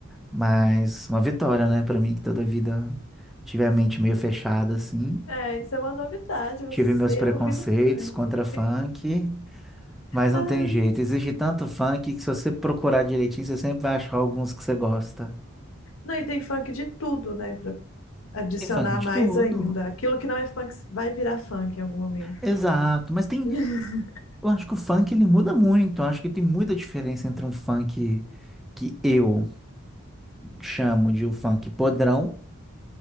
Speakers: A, in the centre; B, on the left.
A: mas uma vitória, né? Pra mim, que toda vida tive a mente meio fechada, assim.
B: é, isso é uma novidade, você
A: Tive meus preconceitos
B: ouvindo funk.
A: contra funk, mas não
B: Ah,
A: tem jeito. Existe tanto funk que se você procurar direitinho, você sempre vai achar alguns que você gosta.
B: não, e tem funk de tudo, né? Pra adicionar
A: Tem funk de
B: mais
A: tudo.
B: ainda. Aquilo que não é funk vai virar funk em algum momento.
A: Exato, mas tem,
B: <laughs>
A: eu acho que o funk ele muda muito, eu acho que tem muita diferença entre um funk que eu chamo de o funk podrão,